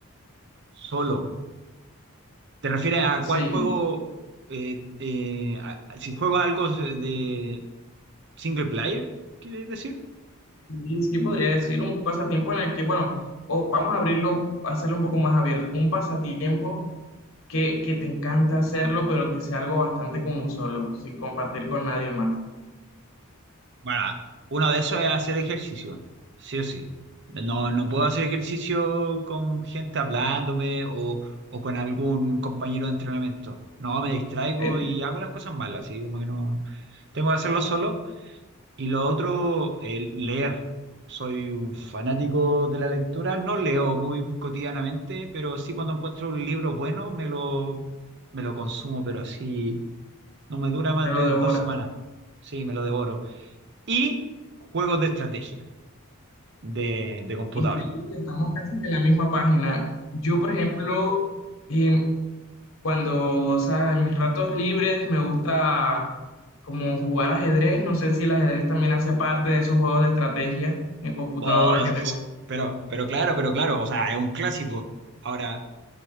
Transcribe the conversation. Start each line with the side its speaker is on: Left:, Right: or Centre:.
Right: solo. ¿Te refieres a
Left: Sí,
Right: cuál juego? eh, eh, a- si juego algo de, ¿Single player? ¿Quieres decir?
Left: sí, sí, podría decir un pasatiempo en el que, bueno, o vamos a abrirlo, hacerlo un poco más abierto, un pasatiempo que, que te encanta hacerlo, pero que sea algo bastante como solo, sin compartir con nadie más.
Right: Bueno, uno de esos es hacer ejercicio, sí o sí. No, no puedo hacer ejercicio con gente hablándome o, o con algún compañero de entrenamiento. No, me distraigo
Left: Eh,
Right: y hago las cosas malas, así como que no. Tengo que hacerlo solo. Y lo otro, el leer. Soy un fanático de la lectura. No leo muy cotidianamente, pero sí cuando encuentro un libro bueno me lo, me lo consumo, pero así No me dura más
Left: te
Right: de
Left: lo devoras.
Right: dos semanas. Sí, me lo devoro. Y juegos de estrategia de, de computador.
Left: Increíble, estamos casi que en la misma página. Yo, por ejemplo, em, cuando, o sea, en mis ratos libres me gusta como jugar ajedrez. No sé si el ajedrez también hace parte de esos juegos de estrategia en computadora
Right: O-
Left: que te gustan.
Right: pero, pero claro, pero claro, o sea, es un clásico. Ahora,